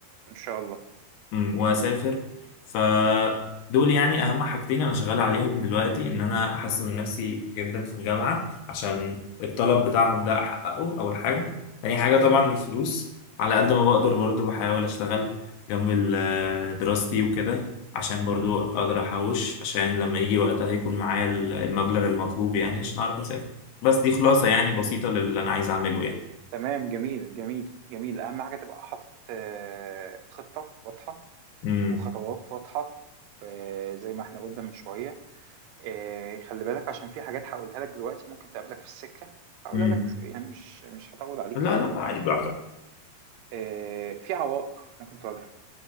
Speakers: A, on the right; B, on the left.
A: إن شاء الله
B: أمم، واسافر فدول يعني اهم حاجتين انا شغال عليهم دلوقتي ان انا احسن من نفسي جدا في الجامعه عشان الطلب بتاعهم ده احققه اول حاجه تاني حاجه طبعا الفلوس على قد ما بقدر برضو بحاول اشتغل جنب ال- دراستي وكده عشان برضو اقدر احوش عشان لما يجي وقتها يكون معايا ال- المبلغ المطلوب يعني عشان اعرف اسافر بس دي خلاصه يعني بسيطه للي انا عايز اعمله يعني
A: تمام جميل جميل جميل أهم حاجة تبقى حاطط آه، خطة واضحة
B: امم
A: وخطوات واضحة آه، زي ما احنا قلنا من شوية آه، خلي بالك عشان في حاجات هقولها لك دلوقتي ممكن تقابلك في السكة هقولها
B: امم
A: لك يعني مش مش هطول عليك
B: لا
A: فيها
B: لا عادي براحتك
A: آه، في عوائق ممكن تواجهك